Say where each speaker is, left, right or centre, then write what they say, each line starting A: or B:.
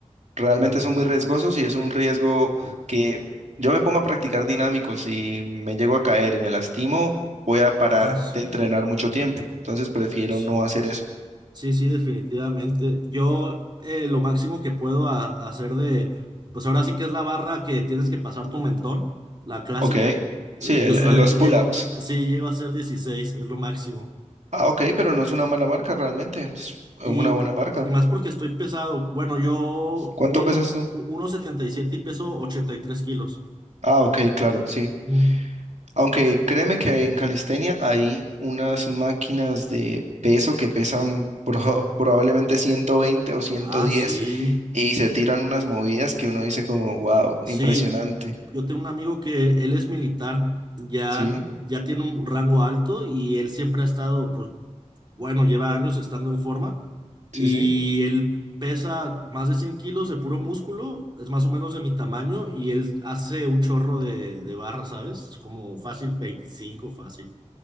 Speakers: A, on the right (about 70°); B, on the right (about 35°).
A: realmente
B: Mm,
A: son muy riesgosos y es un riesgo
B: sí.
A: que yo me pongo a practicar dinámicos y me llego a caer y me lastimo, voy a parar
B: Ah, sí,
A: de entrenar mucho tiempo. Entonces prefiero
B: sí.
A: no hacer eso.
B: Sí, sí, definitivamente. Yo eh, lo máximo que puedo a- hacer de, pues ahora sí que es la barra que tienes que pasar tu mentón, la clásica.
A: Ok, sí,
B: Eh,
A: el-
B: Yo solamente
A: el- los pull-ups.
B: llego, sí, llego a ser 16, es lo máximo.
A: Ah, ok, pero no es una mala marca realmente, es una
B: Y,
A: buena marca.
B: y más porque estoy pesado. Bueno, yo
A: ¿Cuánto
B: mido
A: pesas tú?
B: u- uno setenta y siete y peso 83 kilos.
A: Ah, ok, claro, sí.
B: Ujú.
A: Aunque créeme que en calistenia hay unas máquinas de peso que pesan <laughs> proba- probablemente 120 o 110
B: Ah, sí.
A: y se tiran unas movidas que uno dice como, wow,
B: Sí,
A: impresionante.
B: yo tengo un amigo que él es militar, ya,
A: Sí,
B: ya tiene un rango alto y él siempre ha estado, pues, bueno, lleva años estando en forma y
A: sí, sí.
B: él pesa más de 100 kilos de puro músculo, es más o menos de mi tamaño y él hace un chorro de, de barras, ¿sabes? Como fácil veinticinco, fácil.